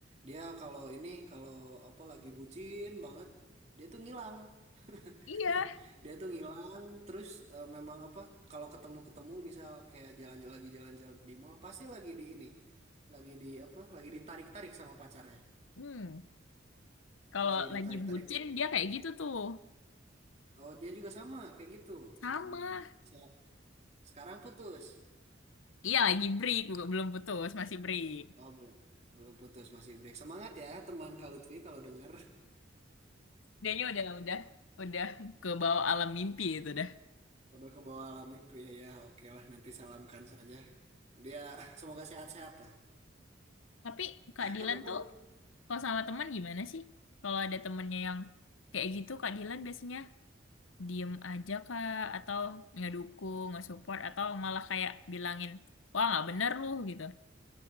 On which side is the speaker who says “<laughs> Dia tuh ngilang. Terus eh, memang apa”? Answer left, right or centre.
Right